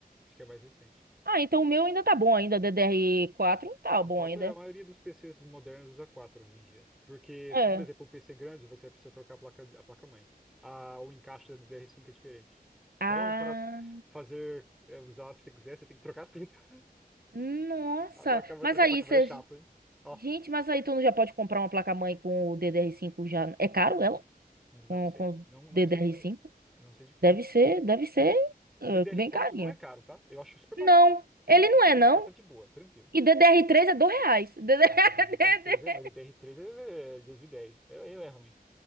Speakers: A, in the centre; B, on the right (about 70°).
A: Acho que é mais recente.
B: Ah, então o meu ainda tá bom ainda, ddr quatro, tá
A: Não,
B: bom
A: 4
B: ainda.
A: é a maioria dos PCs modernos usa 4 hoje em dia. Porque,
B: É.
A: por exemplo, um PC grande, você precisa trocar a placa, a placa-mãe. A, o encaixe da ddr cinco é diferente.
B: Ah.
A: Então, para fazer, é, usar se você quiser, você tem que trocar tudo. <laughs>
B: Nossa,
A: A placa-mãe,
B: mas
A: trocar
B: aí
A: a placa-mãe
B: você...
A: é chato, hein? Ó,
B: Gente, mas aí tu não já pode comprar uma placa-mãe com o ddr cinco já. É caro ela?
A: não
B: Com,
A: sei.
B: com
A: Não, não
B: ddr
A: sei de preço.
B: cinco?
A: Eu não sei de preço.
B: Deve ser, deve ser eh,
A: ddr
B: bem
A: quatro
B: carinho.
A: não é caro, tá? Eu acho super barato.
B: Não,
A: Tem
B: ele
A: antes
B: não
A: de ddr
B: é, não.
A: quatro é de boa, tranquilo.
B: E ddr três é dois reais. <laughs> DDR...
A: Nossa, ddr três é, mas ddr três é 2010. É, é é ruim.